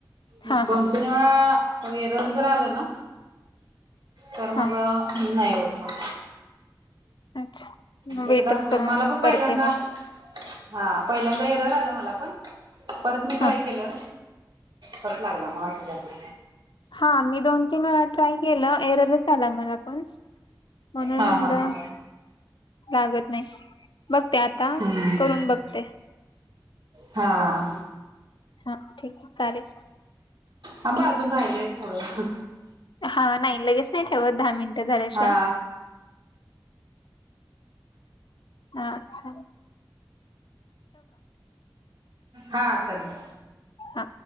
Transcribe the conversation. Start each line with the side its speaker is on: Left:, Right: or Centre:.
Right: मग
Left: हा
Right: दोन
Left: हा.
Right: ते वेळा एरर जर आलं ना तर
Left: हा
Right: मग नाही होत मग
Left: अच्छा मग वेटच
Right: एकदाच
Left: करून
Right: मला पण पहिल्यांदा
Left: करते मग
Right: हा पहिल्यांदा एरर आलं मला पण परत मी ट्राय
Left: हा.
Right: केलं परत लागला मग असं झालं
Left: हा मी दोन तीन वेळा ट्राय केलं एरर आला मला पण म्हणून
Right: हा
Left: म्हणलं
Right: हा हा
Left: लागत नाही बघते आता
Right: हम्म
Left: करून बघते
Right: हा
Left: हा ठीक आहे चालेल.
Right: थांबा अजून राहिलंय थोडं
Left: हा नाही लगेच नाही ठेवत दहा मिनिटं झाल्याशिवाय
Right: हा
Left: अच्छा
Right: हा चाले
Left: हा.